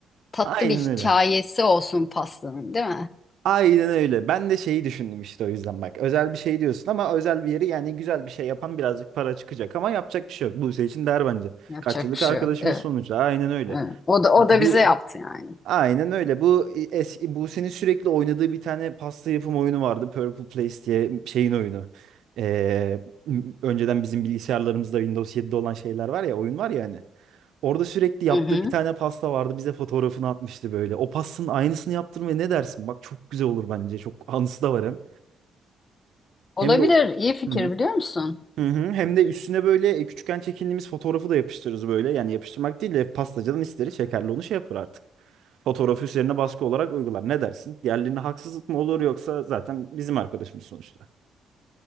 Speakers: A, on the left; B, on the right.
A: tatlı
B: Aynen
A: bir hikayesi
B: öyle.
A: olsun pastanın, değil mi?
B: Aynen öyle. Ben de şeyi düşündüm işte o yüzden bak. Özel bir şey diyorsun ama özel bir yeri yani güzel bir şey yapan birazcık para çıkacak ama yapacak bir şey yok. Buse için der bence.
A: Yapacak
B: Kaç yıllık
A: bir şey
B: arkadaşımız
A: yok. Evet,
B: sonuçta. Aynen öyle.
A: evet. O da o
B: Bu
A: da bize yaptı yani.
B: Aynen öyle. Bu eski Buse'nin sürekli oynadığı bir tane pasta yapım oyunu vardı. Purple Place diye şeyin oyunu. Ee, m- önceden bizim bilgisayarlarımızda Windows 7'de olan şeyler var ya, oyun var ya hani. Orada sürekli yaptığı
A: Hı hı.
B: bir tane pasta vardı. Bize fotoğrafını atmıştı böyle. O pastanın aynısını yaptırmaya ne dersin? Bak çok güzel olur bence. Çok anısı da var hem.
A: Olabilir.
B: Hem de o-
A: İyi fikir
B: Hı hı.
A: biliyor musun?
B: Hı hı. Hem de üstüne böyle e, küçükken çekindiğimiz fotoğrafı da yapıştırırız böyle. Yani yapıştırmak değil de pastacadan isteriz şekerli onu şey yapar artık. Fotoğrafı üzerine baskı olarak uygular. Ne dersin? Diğerlerine haksızlık mı olur yoksa zaten bizim arkadaşımız sonuçta.